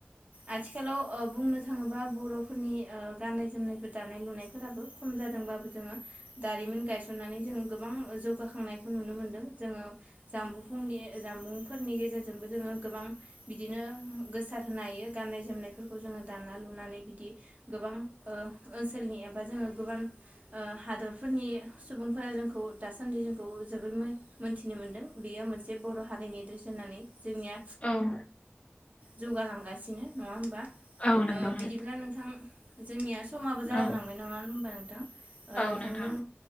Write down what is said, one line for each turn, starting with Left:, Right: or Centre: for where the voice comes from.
Right: आथिखालाव ओ बुंनो थाङोब्ला बर'फोरनि ओ गाननाय जोमनायफोर दानाय लुनायफोराबो खम जादों बाबो जोङो दारिमिन गायसननानै जों गोबां जौगाखांनायखौ नुनो मोनदों जोङो। जामबुं फुंनि जामबुंफोरनि गेजेरजोंबो जोङो गोबां बिदिनो गोसार होनो हा यो गाननाय जोमनायफोरखौ जोङो दाना लुनानै बिदि गोबां ओ ओनसोलनि एबा जोङो गोबां ओ हादरफोरनि सुबुंफोरा जोंखौ दासान्दि जोंखौ जोबोर मो-मोन्थि नो मोनदों बेयो मोनसे बर' हारिनि ड्रेस होननानै जोंनिया।
Left: औ
Right: जौगालांगासिनो नङा होमबा
Left: औ नंगौ
Right: ओ बिदिब्ला नोंथां जोंनिया समाबो जागालांबाय
Left: औ
Right: नङा होनोमबा नोंथां ओ
Left: औ
Right: नोंथांजों
Left: नोंथां।